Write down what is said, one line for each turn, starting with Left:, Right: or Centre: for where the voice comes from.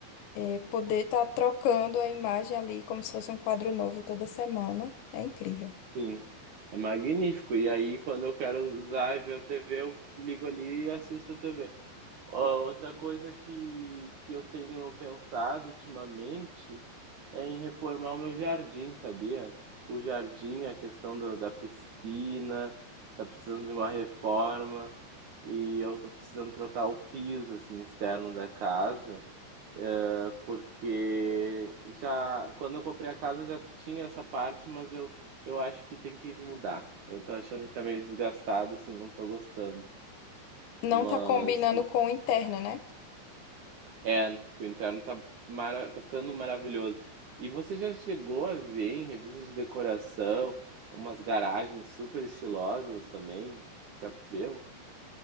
Left: é, poder estar trocando a imagem ali como se fosse um quadro novo toda semana, é incrível.
Right: Sim, é magnífico. E aí quando eu quero usar e ver a TV, eu ligo ali e assisto a TV. Ó, outra coisa que que eu tenho pensado ultimamente É em reformar o meu jardim, sabia? O jardim, a questão do- da piscina, tá precisando de uma reforma e eu tô precisando trocar o piso assim externo da casa, eh, porque já quando eu comprei a casa já tinha essa parte, mas eu eu acho que tem que mudar. Eu tô achando que tá meio desgastado, assim, não tô gostando.
Left: Não
Right: Mas
Left: tá combinando com o interno, né?
Right: É, que o interno tá, mara tá ficando maravilhoso. E você já chegou a ver em revistas de decoração umas garagens super estilosas também? Já viu?